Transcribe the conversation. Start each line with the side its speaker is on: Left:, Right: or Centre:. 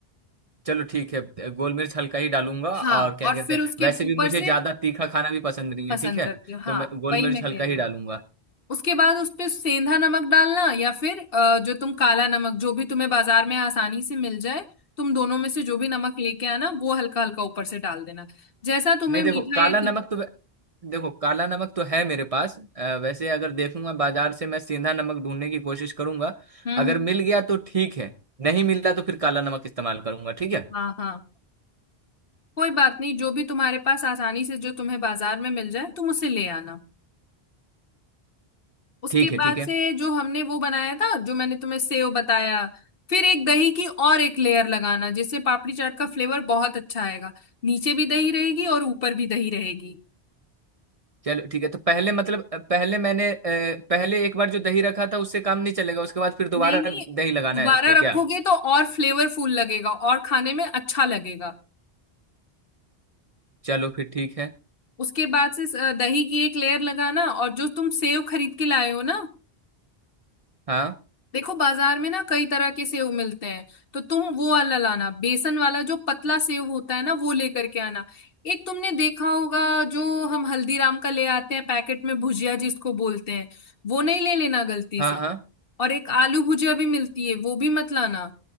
Right: चलो ठीक है गोल मिर्च हल्का ही डालूंगा
Left: हाँ
Right: और क्या
Left: और
Right: कहते
Left: फिर
Right: हैं
Left: उसके
Right: वैसे भी
Left: ऊपर
Right: मुझे
Left: से
Right: ज्यादा तीखा खाना भी पसंद नहीं
Left: पसंद
Right: है ठीक है
Left: करती हो हाँ
Right: तो मैं गोल
Left: वही
Right: मिर्च
Left: मैं
Right: हल्का
Left: कह
Right: ही
Left: रही
Right: डालूंगा
Left: हूँ उसके बाद उस पे सेंधा नमक डालना या फिर अ, जो तुम काला नमक जो भी तुम्हें बाजार में आसानी से मिल जाए तुम दोनों में से जो भी नमक लेके आना वो हल्का हल्का ऊपर से डाल देना जैसा तुम्हें
Right: नहीं
Left: मीठा
Right: देखो काला
Left: या तीखा
Right: नमक तो देखो काला नमक तो है मेरे पास अ, वैसे अगर देखूंगा बाजार से मैं सीधा नमक ढूंढने की कोशिश करूंगा
Left: हम्म
Right: अगर
Left: हम्म,
Right: मिल गया तो ठीक है नहीं मिला तो फिर काला नमक इस्तेमाल करूंगा ठीक है
Left: हाँ हाँ कोई बात नहीं जो भी तुम्हारे पास आसानी से जो तुम्हें बाजार में मिल जाए तुम उसे ले आना उसके
Right: ठीक
Left: बाद
Right: है ठीक है
Left: से जो हमने वो बनाया था जो मैंने तुम्हें सेव बताया फिर एक दही की और एक लेयर लगाना जिससे पापड़ी चाट का फ्लेवर बहुत अच्छा आएगा नीचे भी दही रहेगी और ऊपर भी दही रहेगी
Right: चलो ठीक है तो पहले मतलब अ, पहले मैंने अ, पहले एक बार जो दही रखा था उससे काम नहीं चलेगा उसके बाद फिर दोबारा
Left: नहीं नहीं
Right: दही लगाना
Left: दोबारा
Right: है उस पे क्या
Left: रखोगे तो और फ्लेवरफुल लगेगा और खाने में अच्छा लगेगा
Right: चलो फिर ठीक है
Left: उसके बाद से अ, दही की एक लेयर लगाना और जो तुम सेव खरीद के लाए हो ना
Right: हाँ
Left: देखो बाजार में ना कई तरह के सेव मिलते हैं तो तुम वो वाला लाना बेसन वाला जो पतला सेव होता है ना वो लेकर के आना एक तुमने देखा होगा जो हम हल्दीराम का ले आते हैं पैकेट में भुजिया जिसको बोलते हैं वो नहीं ले लेना गलती
Right: हाँ
Left: से
Right: हाँ
Left: और एक आलू भुजिया भी मिलती है वो भी मत लाना